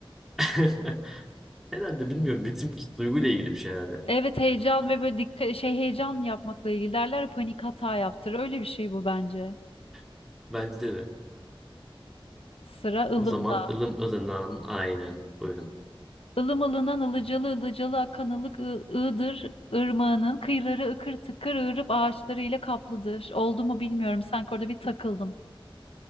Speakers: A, in the centre; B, on the left.
A: <laughs> Herhalde bilmiyorum, ritim duyguyla ilgili bir şey herhalde.
B: Evet heyecan ve böyle dikkat şey heyecan yapmakla ilgili derler ya, panik hata yaptır. Öyle bir şey bu bence.
A: <laughs> Bence de.
B: Sıra ılımda.
A: O zaman ılım ılınan aynen. Buyurun.
B: Ilım ılınan ılıcalı ılıcalı akan ılık ı- ığdır. Irmağının kıyıları ıkır tıkır ığırıp ağaçlarıyla kaplıdır. Oldu mu bilmiyorum. Sanki orada bir takıldım.